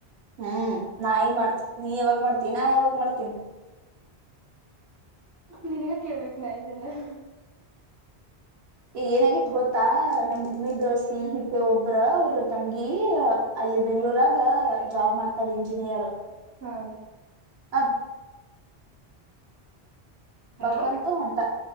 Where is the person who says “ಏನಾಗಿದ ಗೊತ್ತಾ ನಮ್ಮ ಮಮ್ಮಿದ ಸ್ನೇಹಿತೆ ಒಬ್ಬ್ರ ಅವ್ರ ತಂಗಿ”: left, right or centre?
Right